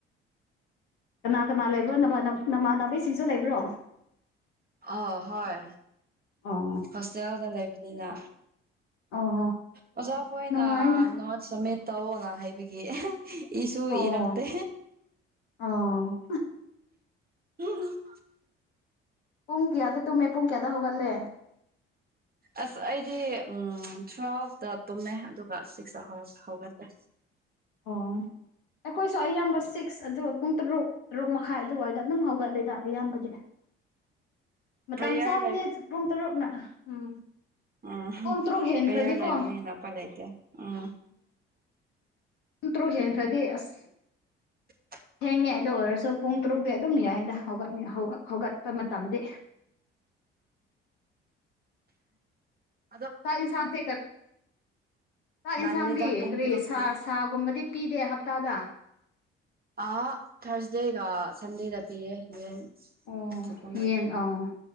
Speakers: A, on the left (about 70°); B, on the right (about 30°).
A: ꯀꯅꯥ ꯀꯅꯥ ꯂꯩꯕ꯭ꯔꯣ ꯅꯃꯥꯟ ꯅꯥꯕꯤꯁꯤꯡꯁꯨ ꯂꯩꯕ꯭ꯔꯣ
B: ꯑ ꯍꯣꯏ
A: ꯑꯣ
B: ꯍꯣꯁꯇꯦꯜꯗ ꯂꯩꯕꯅꯤꯅ
A: ꯑꯣ
B: ꯃꯖꯥꯐ ꯑꯣꯏꯣꯏꯅ
A: ꯅꯨꯡꯉꯥꯏꯅ
B: ꯅ ꯁꯃꯦꯠ ꯇꯑꯣꯅ ꯍꯥꯏꯕꯒꯤ ꯏꯁꯨ
A: ꯑꯣ
B: ꯏꯔꯛꯇꯦ
A: ꯑꯣ
B: ꯎꯝ
A: ꯄꯨꯡ ꯀꯌꯥꯗ ꯇꯨꯝꯃꯦ ꯄꯨꯡ ꯀꯌꯥꯗ ꯍꯧꯒꯠꯂꯦ
B: ꯑꯁ ꯑꯩꯗꯤ ꯎ ꯇ꯭ꯨꯋꯦꯜꯐꯇ ꯇꯨꯝꯃꯦ ꯑꯗꯨꯒ ꯁꯤꯛꯁꯇ ꯍꯧꯒꯠꯂꯦ
A: ꯑꯣ ꯑꯩꯈꯣꯏꯁꯨ ꯑꯌꯥꯝꯕ ꯁꯤ ꯁꯤꯛꯁ ꯑꯗꯨꯒ ꯄꯨꯡ ꯇꯔꯨꯛ ꯇꯔꯨꯛ ꯃꯈꯥꯏ ꯑꯗꯨꯋꯥꯏꯗ ꯑꯗꯨꯝ ꯍꯧꯒꯠꯂꯦꯗ ꯑꯌꯥꯝꯕꯗꯤ ꯃꯇꯝ
B: ꯄ꯭ꯔꯦꯌꯔ
A: ꯆꯥꯕꯅꯦ ꯄꯨꯡ ꯇꯔꯨꯛꯅ ꯎꯝ
B: ꯑꯝ
A: ꯄꯨꯡ ꯇꯔꯨꯛ ꯍꯦꯟꯈ꯭ꯔꯗꯤꯀꯣ
B: ꯄꯌꯥꯔꯥꯏꯅꯦꯅꯄꯗꯥꯏꯇ ꯎꯝ
A: ꯇꯟ ꯇ꯭ꯔꯣ ꯍꯦꯟꯦꯟ ꯈ꯭ꯔꯗꯤ ꯑꯁ
B: <unintelligible>
A: ꯊꯦꯡꯉꯦ ꯑꯗꯨ ꯑꯣꯏꯔꯁꯨ ꯄꯨꯡ ꯇꯔꯨꯛꯇꯗꯤ ꯑꯗꯨꯝ ꯌꯥꯏꯅ ꯍꯧꯒꯠ ꯍꯧꯒꯠꯄ ꯃꯇꯝꯗꯤ
B: ꯑ
A: ꯆꯥꯛ ꯌꯦꯟꯁꯥꯡꯁꯦ ꯆꯥꯛ
B: ꯉꯜꯂꯦꯗ
A: ꯌꯦꯟꯁꯥꯡꯗꯤ
B: ꯄꯨꯡ
A: ꯀꯔꯤ
B: ꯇꯔꯨꯛꯇꯤ
A: ꯁꯥ ꯁꯥꯒꯨꯝꯕꯗꯤ ꯄꯤꯗꯦ ꯍꯞꯇꯥꯗ
B: ꯑ ꯊꯥꯔꯁꯗꯦꯒ ꯁꯟꯗꯦꯗ ꯄꯤꯌꯦꯦ ꯌꯦꯡ
A: ꯑꯣ
B: ꯁꯤ ꯎ
A: ꯌꯦꯟ ꯑꯧ